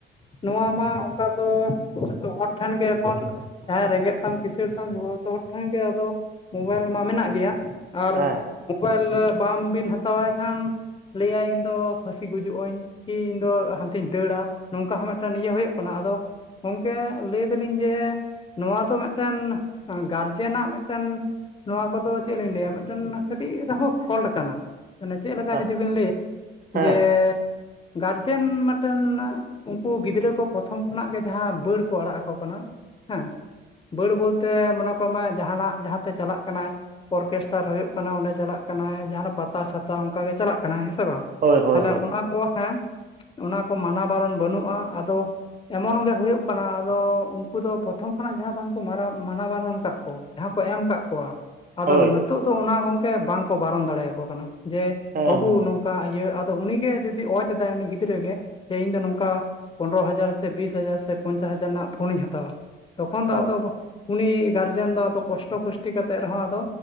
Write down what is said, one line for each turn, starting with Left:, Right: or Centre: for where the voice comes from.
Left: ᱱᱚᱣᱟ ᱢᱟ ᱚᱱᱠᱟ ᱫᱚ ᱡᱚᱛᱚ ᱦᱚᱲ ᱴᱷᱮᱱ ᱜᱮ ᱮᱠᱷᱚᱱ ᱡᱟᱦᱟᱸᱭ ᱨᱮᱸᱜᱮᱡ ᱨᱮᱜᱮᱡ ᱛᱟᱢ ᱠᱤᱥᱟᱹᱬ ᱡᱚᱛᱚ ᱦᱚᱲ ᱴᱷᱮᱱ ᱜᱮ ᱟᱫᱚ ᱢᱳᱵᱟᱭᱤᱞ ᱢᱟ ᱢᱮᱱᱟᱜ ᱜᱮᱭᱟ ᱟᱨ
Right: ᱦᱮᱸ
Left: ᱢᱳᱵᱟᱭᱤᱞ ᱵᱟᱢᱵᱤᱱ ᱦᱟᱛᱟᱣᱟᱭ ᱠᱷᱟᱱ ᱞᱟᱹᱭᱟᱭ ᱤᱧᱫᱚ ᱯᱷᱟᱹᱥᱤ ᱜᱩᱡᱩᱜ ᱟᱹᱧ ᱠᱤ ᱤᱧ ᱫᱚ ᱦᱟᱱᱛᱮᱧ ᱫᱟᱹᱲᱟ ᱱᱚᱝᱠᱟ ᱦᱚᱸ ᱢᱤᱫᱴᱟᱱ ᱤᱭᱟᱹ ᱦᱩᱭᱩᱜ ᱠᱟᱱᱟ ᱾ ᱟᱫᱚ ᱜᱚᱝᱠᱮ ᱞᱟᱹᱭ ᱮᱫᱟᱞᱤᱧ ᱡᱮ ᱱᱚᱣᱟ ᱫᱚ ᱢᱤᱫ ᱴᱟᱱ ᱜᱟᱨᱡᱮᱱᱟᱜ ᱢᱤᱫᱴᱟᱱ ᱱᱚᱣᱟ ᱠᱚᱫᱚ ᱪᱮᱫ ᱞᱤᱧ ᱞᱟᱹᱭᱟ ᱢᱤᱫᱴᱮᱱ ᱠᱟᱹᱴᱤᱡ ᱨᱮᱦᱚᱸ ᱯᱷᱚᱞᱴ ᱠᱟᱱᱟ ᱾ ᱢᱟᱱᱮ ᱪᱮᱫ ᱞᱮᱠᱟ
Right: ᱦᱮᱸ
Left: ᱡᱩᱫᱤ ᱵᱤᱱ ᱞᱟᱹᱭᱟ
Right: ᱦᱮᱸ
Left: ᱡᱮ ᱜᱟᱨᱡᱮᱱ ᱢᱤᱫᱴᱮᱱ ᱩᱱᱠᱩ ᱜᱤᱫᱽᱨᱟᱹ ᱠᱚ ᱯᱨᱚᱛᱷᱚᱢ ᱠᱷᱚᱱᱟᱜ ᱜᱮ ᱡᱟᱦᱟᱸ ᱵᱟᱹᱲ ᱠᱚ ᱟᱲᱟᱜ ᱟᱠᱚ ᱠᱟᱱᱟ ᱦᱮᱸ ᱵᱟᱹᱲ ᱵᱚᱞᱛᱮ ᱢᱚᱱᱮ ᱠᱚᱜ ᱢᱮ ᱡᱟᱦᱟᱱᱟᱜ ᱡᱟᱦᱟᱸᱛᱮ ᱪᱟᱞᱟᱜ ᱠᱟᱱᱟᱭ ᱚᱨᱠᱮᱥᱴᱟᱨ ᱦᱩᱭᱩᱜ ᱠᱟᱱᱟ ᱚᱸᱰᱮ ᱪᱟᱞᱟᱜ ᱠᱟᱱᱟᱭ ᱡᱟᱦᱟᱸᱱᱟᱜ ᱯᱟᱛᱟ ᱪᱷᱟᱛᱟ ᱚᱱᱠᱟ ᱜᱮ ᱪᱟᱞᱟᱜ ᱠᱟᱱᱟᱭ ᱦᱮᱸ ᱥᱮ ᱵᱟᱝ
Right: ᱦᱳᱭ
Left: ᱾
Right: ᱦᱳᱭ
Left: ᱛᱟᱞᱦᱮ
Right: ᱦᱳᱭ
Left: ᱚᱱᱟ ᱠᱚ ᱦᱮᱸ ᱚᱱᱟ ᱠᱚ ᱢᱟᱱᱟ ᱵᱟᱨᱚᱱ ᱵᱟᱹᱱᱩᱜᱼᱟ, ᱟᱫᱚ ᱮᱢᱚᱱᱚ ᱜᱮ ᱦᱳᱭᱳᱜ ᱠᱟᱱᱟ ᱟᱫᱚ ᱩᱱᱠᱩ ᱫᱚ ᱯᱨᱚᱛᱷᱚᱢ ᱠᱷᱚᱱᱟᱜ ᱡᱟᱦᱟᱸ ᱵᱟᱝ ᱢᱟᱨᱟᱢ ᱢᱟᱱᱟ ᱵᱟᱨᱚᱱ ᱠᱟᱜ ᱠᱚ ᱡᱟᱦᱟᱸ ᱠᱚ ᱮᱢ ᱠᱟᱜ ᱠᱚᱣᱟ ᱟᱫᱚ
Right: ᱦᱳᱭ
Left: ᱱᱤ ᱛᱳᱜ ᱫᱚ ᱚᱱᱟ ᱜᱚᱝᱠᱮ ᱵᱟᱝ ᱠᱚ ᱵᱟᱨᱚᱱ ᱫᱟᱲᱮᱭᱟᱠᱚ ᱠᱟᱱᱟ ᱡᱮ
Right: ᱦᱮᱸ
Left: ᱵᱟᱹᱵᱩ
Right: ᱦᱮᱸ
Left: ᱱᱩ ᱠᱟ ᱤᱭᱟᱹ ᱟᱫᱚ ᱩᱱᱤᱜᱮ ᱡᱩᱫᱤ ᱚᱡᱽ ᱮᱫᱟᱭ ᱩᱱᱤ ᱜᱤᱫᱽᱨᱟᱹ ᱜᱮ ᱡᱮ ᱤᱧ ᱫᱚ ᱱᱚᱝᱠᱟ ᱯᱚᱱᱨᱚ ᱦᱟᱡᱟᱨ ᱥᱮ ᱵᱤᱥ ᱦᱟᱡᱟᱨ ᱥᱮ ᱯᱚᱧᱪᱟᱥ ᱦᱟᱡᱟᱨ ᱨᱮᱱᱟᱜ ᱯᱷᱳᱱᱤᱧ ᱦᱟᱛᱟᱣᱟ ᱛᱚᱠᱷᱚᱱ
Right: ᱦᱳᱭ
Left: ᱛᱚ ᱜᱚ ᱩᱱᱤ ᱜᱟᱨᱡᱮᱱ ᱫᱚ ᱟᱫᱚ ᱠᱚᱥᱴᱚ ᱠᱚᱥᱴᱤ ᱠᱟᱛᱮᱜ ᱨᱮᱦᱚᱸ ᱟᱫᱚ